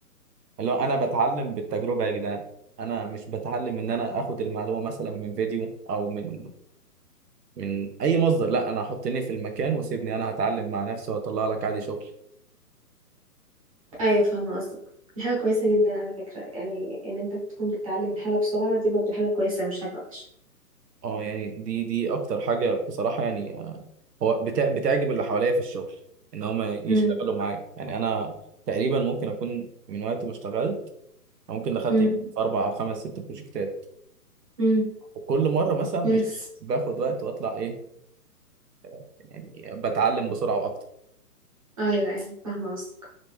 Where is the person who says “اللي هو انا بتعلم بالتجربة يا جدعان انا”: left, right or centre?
Right